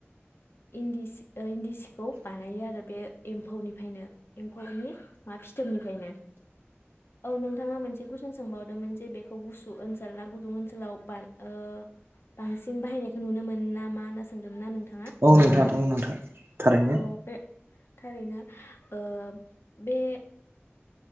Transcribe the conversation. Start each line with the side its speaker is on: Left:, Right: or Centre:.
Left: इन्दि सि इन्दि सिखौ बानायो आरो बे एम्फौनिफ्रायनो एम्फौनि मा फिथोबनिफ्रायनो औ नोंथाङा मोनसे कुइसन सोंबावदोंमोन जे बेखौ गुसु ओनसोल ना गुदुं ओनसोलाव बार ओ बांसिन बाहायनायखौ नुनो मोनो ना मा होनना सोंदोंमोन ना नोंथांआ
Right: औ नोंथां औ नोंथां थारैनो
Left: औ बे थारैनो ओ बे